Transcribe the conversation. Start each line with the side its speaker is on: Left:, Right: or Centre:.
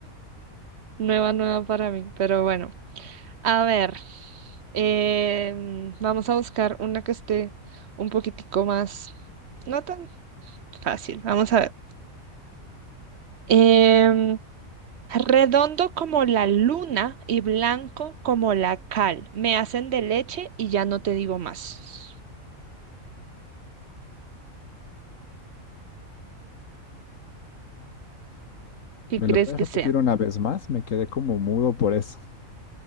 Right: Nueva, nueva para mí, pero bueno. A ver, em, vamos a buscar una que esté un poquitico más, no tan fácil. Vamos a ver. Em, redondo como la luna y blanco como la cal. Me hacen de leche y ya no te digo más. ¿Qué
Left: ¿Me
Right: crees
Left: lo puedes
Right: que
Left: repetir
Right: sea?
Left: una vez más? Me quedé como mudo por eso.